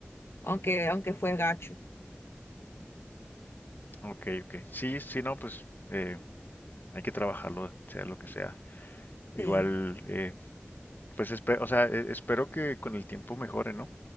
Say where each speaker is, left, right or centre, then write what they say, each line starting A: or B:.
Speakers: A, on the left; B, on the left.
A: aunque, aunque fue gacho.
B: Ok, ok. Sí, sí, no, pues eh, hay que trabajarlo, sea lo que sea. Igual,
A: Sí,
B: eh, pues, espe- o sea, e- espero que con el tiempo mejore, ¿no?